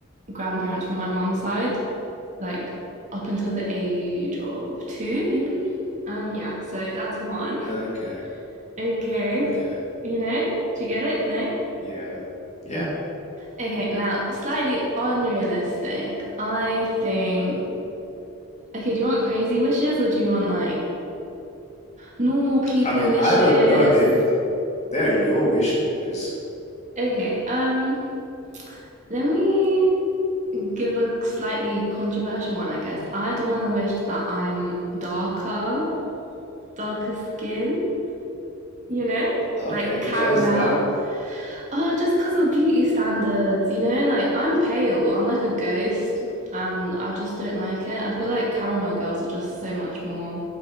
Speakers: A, on the right; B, on the left.
A: grandparents from my mum's side, like up until the age of two, maybe. Um, yeah, so that's one. <laughs>
B: Okay.
A: Okay,
B: Okay.
A: you know, do you get it? No.
B: Yeah. Yeah.
A: Okay, now slightly unrealistic. I think. Okay, do you want crazy wishes or do you want like normal people
B: I mean,
A: wishes?
B: I don't know. They they're your wishes.
A: Okay, um, let me Give a slightly controversial one, I guess. I'd want to wish that I'm darker, darker skin, you know,
B: Okay.
A: like caramel.
B: Why is that?
A: Oh, just because of beauty standards, you know, like I'm pale, I'm like a ghost, and I just don't like it. I feel like caramel girls are just so much more